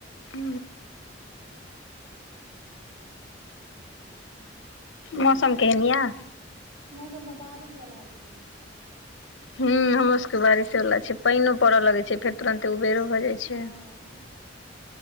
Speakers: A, on the left (about 85°); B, on the right (about 65°).
A: हू मौसम केहन यऽ
B: मौसम तऽ बारिस बला अय दीदी
A: ह हमरो सबके के बारिशे वाला छै पाइनो पड़ऽ लगे छै फेर तुरंते उबेरो भए जाइ छै
B: हँ